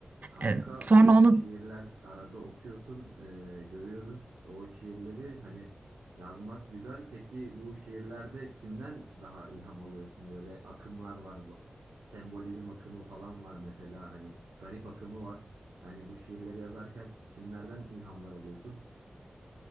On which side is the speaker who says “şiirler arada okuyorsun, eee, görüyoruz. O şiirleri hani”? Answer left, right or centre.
Right